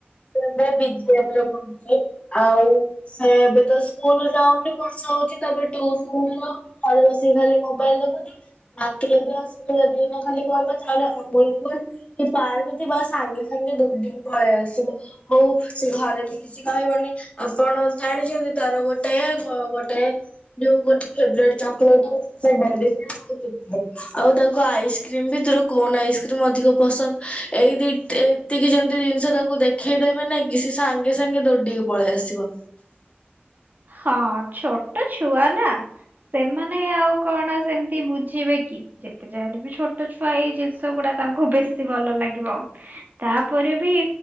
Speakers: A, on the left; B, on the right.
A: ସେ ଏବେ ବି ଜି ଏମ ରେ ପଢ଼ୁଚି। ଆଉ ସେ ଏବେ ତ ସ୍କୁଲ ଯାଉନି ବର୍ଷା ହଉଚି। ତାପରେ ଟୁସନ ନୁହଁ ଘରେ ବସିକି ଖାଲି ମୋବାଇଲ ଦେଖୁଚି। ଡାକିଲେ ବି ଆସୁନି। ଆଉ ବି ଖାଲି କହିବ ଚାଲେ ଅମୁଲକୁଲ କି ପାର୍କ ଯିବା, ସାଙ୍ଗେ ସାଙ୍ଗେ ଦଉଡ଼ିକି ପଳେଇ ଆସିବ। ହଉ, ସେ ଘରେ ବି କିଛି କହିବନି। ଆପଣ ଜାଣିଛନ୍ତି? ତାର ଗୋଟେ ଏ ଗୋଟେ ଏ ଯୋଉ ଗୋଟେ ଫେବ୍ରେଟ ଚକଲେଟ ହଉଚି ଗୋଟେ ଡେରିମିଳ୍କ ଆଉ କୀଟକାଟ। ଆଉ ତାକୁ ଆଇସ କ୍ରିମ ଭିତରୁ କୋନ ଆଇସ୍କ୍ରିମ ଅଧିକ ପସନ୍ଦ। ଏଇ ଦି ଏ ଏତିକି ଯେମିତି ଜିନିଷ ତାକୁ ଦେଖ ଦେଖେଇଦେବେ ନେଇକି ସେ ସାଙ୍ଗେ ସାଙ୍ଗେ ଦୌଡିିକି ପଳେଇ ଆସିବ।
B: ହଁ, ଛୋଟ ଛୁଆ ନା ସେମାନେ ଆଉ କଣ ସେମିତି ବୁଝିବେ କି? ଯେତେ ଯାହା ହେଲେ ବି ଛୋଟ ଛୁଆ ଏଇ ଜିନିଷ ଗୁଡା ତାଙ୍କୁ ବେଶୀ ଭଲ ଲାଗିବ। ତାପରେ ବି